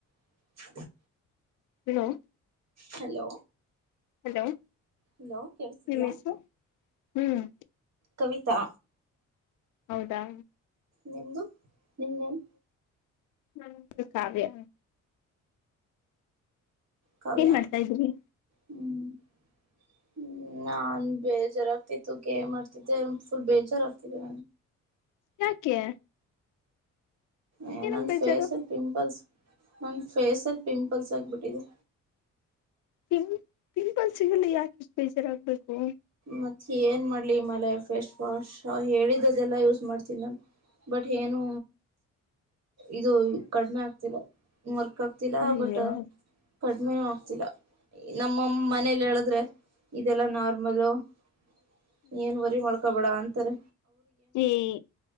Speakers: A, on the right; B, on the left.
A: <unintelligible>
B: Hello.
A: Hello.
B: Hello.
A: Hello ಕೇಳ್ಸಿದ್ಯಾ
B: ನಿಮ್ಮೆಸ್ರು ಹ್ಮ್.
A: ಕವಿತಾ.
B: ಹೌದಾ.
A: ನಿಮ್ದು ನಿಮ್ ನೆಮ್.
B: ನನ್ ಕಾವ್ಯ.
A: ಕವ್ಯ
B: ಏನ್ ಮಾಡ್ತಾ ಇದ್ರಿ
A: ಹ್ಮ್. ಹ್ಮ್ ನಾನ್ ಬೇಜಾರಗ್ತಿತ್ತು ಗೇಮ್ ಆಡ್ತಿದ್ದೆ ಫುಲ್ ಬೇಜಾರಗ್ತಿದೆ.
B: ಯಾಕೆ.
A: ಏ
B: ಏನಕ್
A: ನನ್
B: ಬೇಜಾರು
A: ಫೇಸಲ್ ಪಿಂಪಲ್ಸ್. ನನ್ ಫೇಸಲ್ ಪಿಂಪಲ್ಸ್ ಆಗ್ಬಿಟ್ಟಿದೆ.
B: ಪಿಂ ಪಿಂಪಲ್ಸಿಗಲ್ಲ ಯಾಕ್ ಇಷ್ಟ್ ಬೇಜಾರಾಗ್ಬೇಕು.
A: ಮತ್ತ ಏನ್ ಮಾಡ್ಲಿ ಹಿಮಾಲಯ ಫೇಸ್ ವಾಶ್ ಹೇಳಿದುದೆಲ್ಲ ಯೂಸ್ ಮಾಡ್ತೀನಿ ನಾನ್ ಬಟ್ ಏನು. ಇದು ಕಡ್ಮೆ ಆಗ್ತಿಲ್ಲ ವರ್ಕ್ ಆಗ್ತಿಲ್ಲ
B: ಅಯ್ಯೋ
A: ಬಟ ಕಡ್ ಮೇನು ಆಗ್ತಿಲ್ಲ. ಇ ನಮ್ ಮಮ್ ಮನೆಲ್ ಹೇಳುದ್ರೆ. ಇದೆಲ್ಲಾ ನಾರ್ಮಲು. <unintelligible> ಏನ್ ವರಿ ಮಾಡ್ ಕಬೇಡ ಅಂತರೆ.
B: ಎಯ್